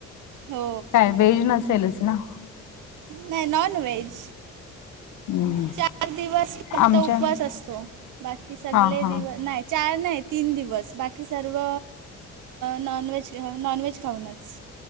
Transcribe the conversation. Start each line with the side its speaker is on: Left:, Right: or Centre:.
Right: हो.
Left: बेज नसेलच ना.
Right: नाही नॉन वहेज.
Left: हम्म.
Right: चार दिवस फक्त
Left: आमच्या
Right: उपवास असतो बाकी सगळे
Left: हा हा
Right: दिव नाही. चार नाही तीन दिवस बाकी सर्व नॉनव्हेज नॉनव्हेज खाऊनच.